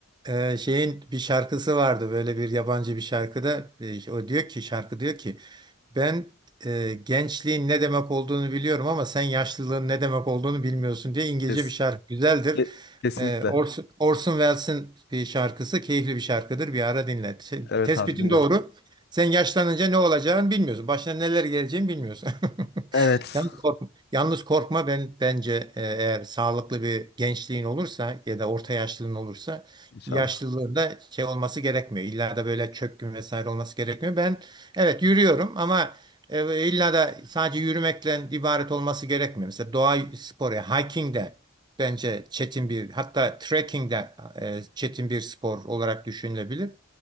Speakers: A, on the right; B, on the left.
A: Ee, şeyin bir şarkısı vardı böyle bir yabancı bir şarkıda e, o diyor ki şarkı diyor ki ben e, gençliğin ne demek olduğunu biliyorum ama sen yaşlılığın ne demek olduğunu bilmiyorsun diye İngilizce
B: Kes.
A: bir şarkı güzeldir
B: Ke- Kesinlikle.
A: ee, Orson, Orson Welles'in bir şarkısı keyifli bir şarkıdır. Bir ara dinle. Şey,
B: Evet
A: Tespitin
B: abi dinlerim.
A: doğru. Sen yaşlanınca ne olacağını bilmiyorsun. Başına neler geleceğini bilmiyorsun. <laughs>
B: Evet.
A: Yalnız korkma, yalnız korkma ben bence e, eğer sağlıklı bir gençliğin olursa ya da orta yaşlılığın olursa
B: İnşallah.
A: yaşlılığında şey olması gerekmiyor. İlla da böyle çökkün vesaire olması gerekmiyor. Ben evet yürüyorum ama e, illa da sadece yürümekle ibaret olması gerekmiyor. Mesela doğa sporu, hiking de Bence çetin bir hatta trekking de e, çetin bir spor olarak düşünülebilir.